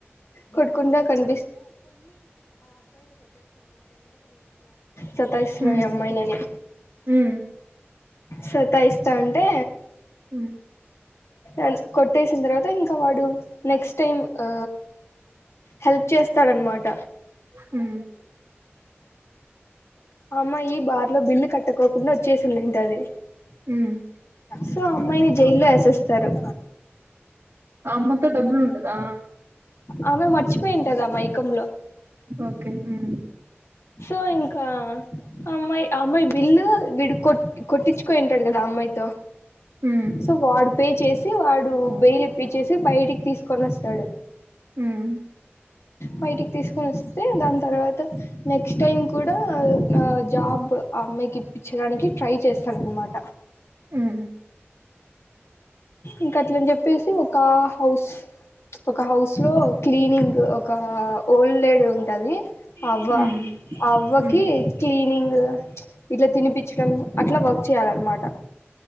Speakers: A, on the left; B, on the right.
A: కొట్టుకుంట కన్ సతాయిస్తున్న
B: హ్మ్.
A: ఈ యమ్మ ఈయనని.
B: హ్మ్.
A: సతాయిస్తా అంటే
B: హ్మ్
A: ఎల్ కొట్టేసిన్ తర్వా త ఇంక వాడు నెక్స్ట్ టైం ఆ హెల్ప్ చేస్ స్తాడు అనమాట
B: హ్మ్.
A: అమ్మ ఈ బా ర్లొ బిల్లు కట్టకోకుండా వచ్చేసి ఉంనింటాది
B: హ్మ్.
A: సో అమ్మాయిని జైల్లో ఏసేస్తారు.
B: అమ్మతో డబ్బులు ఉండదా?
A: ఆమె మర్చిపోయింటది ఆ మైకంలో
B: ఓకే. హ్మ్.
A: సో ఇంకా అమ్మాయి అమ్మాయి బిల్లు విడు కొట్ కొట్టించుకొనింటాడు కదా అమ్మాయితో
B: హ్మ్.
A: సో వాడు పే చేసి వాడు బెయిల్ ఇప్పి చ్చేసి బయటికి తీసుకొని వస్తాడు.
B: మ్మ్
A: బయటికి తీసుకొని వస్తే దాని తర్వాత నెక్ క్స్ట్ టైం కూడా ఆ జాబ్ ఆ అమ్మాయికి ఇప్పించడానికి ట్రై చేస్తాడనమాట.
B: హ్మ్.
A: ఇంకా అట్లని చెప్పేసి ఒక హౌస్ ప్చ్ ఒక హౌస్ లో క్లీనింగ్ ఒక ఓల్డ్ లేడీ ఉంటది. అవ్వ
B: హ్మ్.
A: అవ్వకి
B: హ్మ్.
A: క్లీనింగ్ అద ఇట్ల తినిపించడం అట్ల వర్క్ చెయ్యాలనమాట